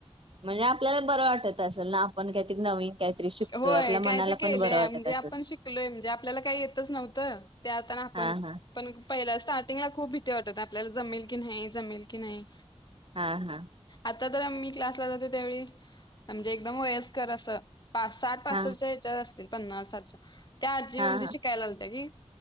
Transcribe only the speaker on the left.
होय
काहीतरी केलंय
म्हणजे
आपण शिकलोय म्हणजे आपल्याला काही येतच नव्हतं ते आता ना आपण
पण पहिल्या स्टार्टिंगला खूप भीती वाटत आपल्याला जमेल की नाही जमेल की नाही
आता तर मी क्लासला जाते त्यावेळी म्हणजे एकदम वयस्कर असं पा साठ पासष्ट
च्या हेच्यात ते पन्नास साठ च्या त्या आजी
म्हणजे शिकायला
आलत्या की